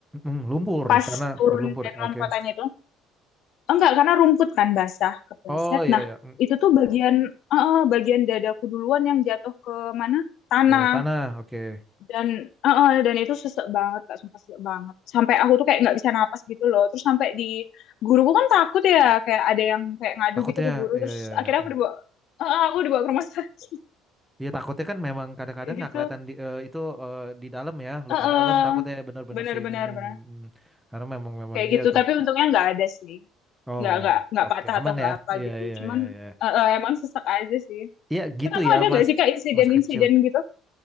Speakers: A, in the centre; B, on the left.
A: Mm, lumpur
B: Pas
A: karena
B: turun
A: berlumpur.
B: dari lompatannya
A: Oke.
B: itu, enggak karena rumput kan basah, kepleset.
A: Oh iya
B: Nah,
A: ya.
B: itu tuh bagian eh, eh, bagian dadaku duluan yang jatuh ke mana? Tanah.
A: Ke tanah. Oke.
B: Dan eh, eh, dan itu sesek banget, Kak, sumpah sesek banget. Sampai aku tuh kayak nggak bisa napas gitu loh. Terus sampai di guruku kan takut ya, kayak ada yang kayak ngadu
A: Takutnya
B: gitu ke guru.
A: iya
B: Terus
A: iya
B: akhirnya
A: iya. Mm.
B: aku dibawa eh, eh, aku dibawa ke rumah <laughs> sakit.
A: Iya takutnya kan memang kadang-kadang
B: kayak
A: nggak
B: gitu
A: kelihatan di eh, itu eh, di dalam ya, luka
B: Heeh.
A: dalam takutnya bener-bener
B: benar-benar
A: sih. Mm, mm,
B: benar
A: mm. Karena memang memang
B: kayak
A: iya
B: gitu
A: tuh.
B: tapi untungnya nggak ada sih
A: Oh,
B: nggak nggak nggak
A: oke
B: patah
A: aman
B: atau nggak
A: ya.
B: apa
A: Iya
B: gitu
A: iya
B: cuman
A: iya iya.
B: eh, eh, emang sesek aja sih
A: Iya gitu
B: tapi kamu
A: ya,
B: ada
A: Mas.
B: nggak sih kak insiden-insiden
A: Masa kecil
B: gitu